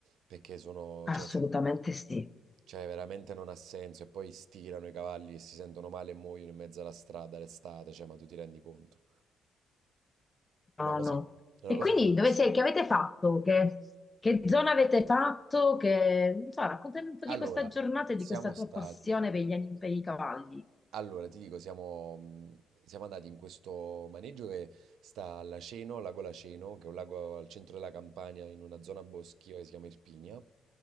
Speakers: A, on the right (about 80°); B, on the left (about 20°).
A: perché sono,
B: assolutamente
A: cioè,
B: sì.
A: cioè, veramente non ha senso. E poi stirano i cavalli e si sentono male e muoiono in mezzo alla strada l'estate. Cioè, ma tu ti rendi conto? Una
B: No,
A: cosa,
B: no.
A: è una
B: E
A: cosa
B: quindi
A: gravissima.
B: dove sei? Che avete fatto? Che, che zona avete fatto? Che, non so, raccontami un po' di
A: Allora,
B: questa giornata
A: siamo
B: e di questa tua
A: stati.
B: passione per gli ani- per i cavalli.
A: Allora, ti dico, siamo, mh, siamo andati in questo maneggio che sta a Laceno, al lago Laceno, che è un lago al centro della Campania, in una zona boschiva che si chiama Irpinia,